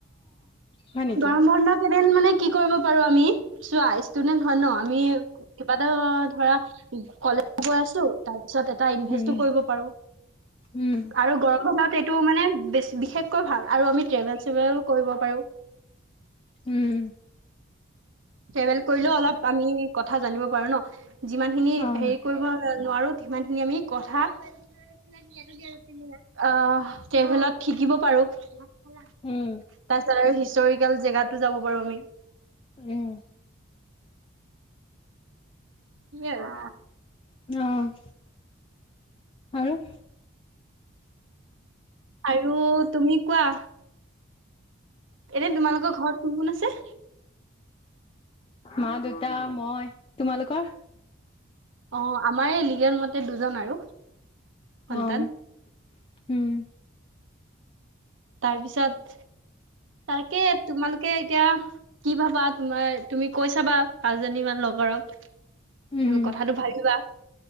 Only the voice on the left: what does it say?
হয় নেকি?
উম,
উম,
উম।
অ',
উম,
উম।
অ', আৰু!
মা, দেউতা, মই। তোমালোকৰ?
অ', উম।
উম,